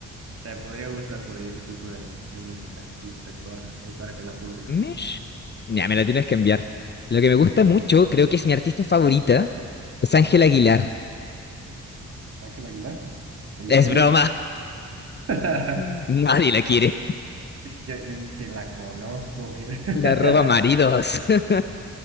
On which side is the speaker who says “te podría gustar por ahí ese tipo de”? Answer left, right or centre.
Right